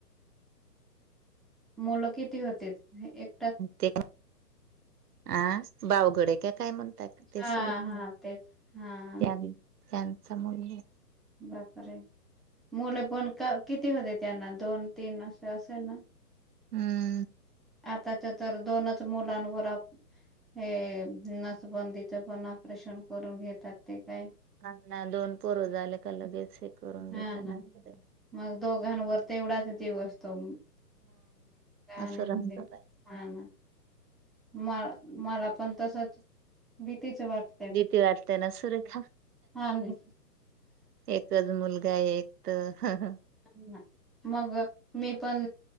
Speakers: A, in the centre; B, on the right.
A: मुलं किती होते एक
B: ते अ बावगडे का काय म्हणत ते
A: हां,
B: सुरेख
A: हां तेच. हां,
B: त्यांचा मुलगा
A: बापर ये आहे मुलं पण किती होते त्यांना दोन तीन असं असेल ना
B: हम्म
A: आताच्या तर दोनच मुलांवर हे नसबंदीच पण ऑपरेशन करून घेतात ते काय?
B: हां ना दोन पोर झा आले का लगेच. करून
A: हा
B: घेताना
A: ना
B: मग
A: मग दोघां वर ते एवढाच दिवसतो. <unintelligible>
B: असं रंग बाई
A: मला मला पण तसच भीतीच वाट
B: भीती वाटते न सुरेका?
A: हां ना.
B: एकच मुलगा एक तर
A: हम् मग मी पण